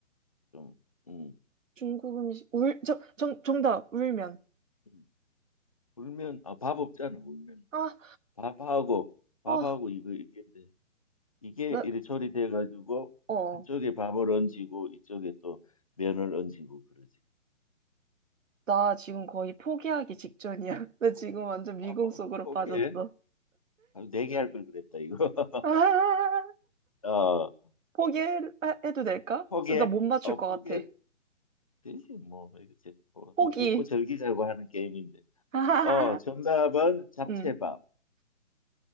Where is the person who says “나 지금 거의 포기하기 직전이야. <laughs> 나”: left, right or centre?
Right